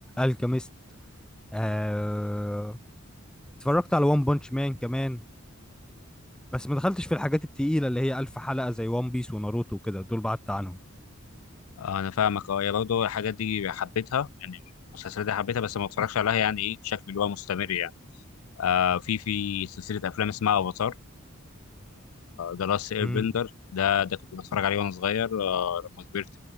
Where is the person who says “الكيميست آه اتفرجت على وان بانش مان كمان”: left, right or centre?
Centre